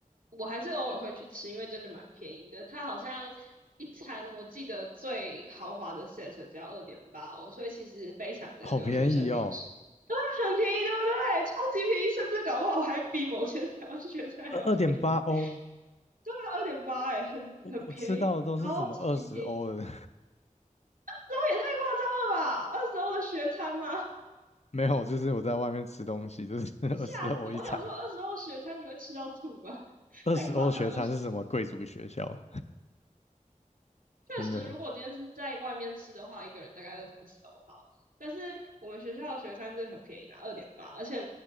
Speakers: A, on the right; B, on the left.
A: 我还是偶尔会去吃，因为真的蛮便宜的。它好像一餐我记得最豪华的 set 只要二点八哦，所以其实非常的留学生友善，
B: <laughs> 好便宜哦，
A: 它很便宜，对不对？超级便宜，甚至搞不好还比某些台湾学生还要便宜。
B: 二二点八欧，
A: 对啊，二点八哎，很很便宜。
B: 我我吃到的都是什么二十欧的
A: 超级便宜，这也太夸张了吧？二十欧的学餐吗？
B: 没有，就是我在外面吃东西，就是 <laughs>
A: 吓死！
B: 二十欧一餐，
A: 我想说，二十欧雪餐你会吃到吐吧？<laughs>
B: 二十欧学餐是什么贵族学校？
A: 太夸张了。二十确实，
B: 真的
A: 如果今天是在外面吃的话，一个人大概二三十欧好。但是我们学校的学餐真的很便宜啦，二点八。而且